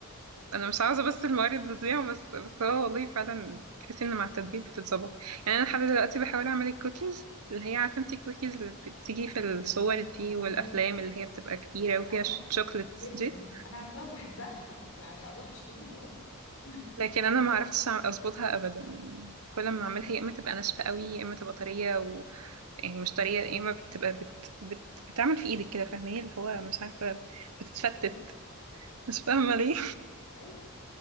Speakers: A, on the right (about 80°); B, on the left (about 70°).
A: انا مش عاوزه بس الموارد تضيع بس بس هو والله فعلا تحسي ان مع التدريب بتتظبط يعني انا لحد دلوقتي بحاول اعمل الكوكيز اللي هي عارفه انت الكوكيز اللي بتيجي في الصور دي
B: الله
A: والافلام اللي هي بتبقى كبيره وفيها
B: اه
A: شوكليتس
B: جدا
A: دي
B: انا عارفاها وبحبها يعني اروح اشتريها اه <laughs>
A: لكن انا ما عرفتش أع- اظبطها ابدا يعني كل ما اعملها يا اما تبقى ناشفه قوي يا اما تبقى طريه و... يعني مش طريه يا اما بتبقى بت... بت... بتعمل في ايدك كده فاهماني اللي هو مش عارفه بتتفتت
B: اه
A: مش فاهمه ليه
B: اي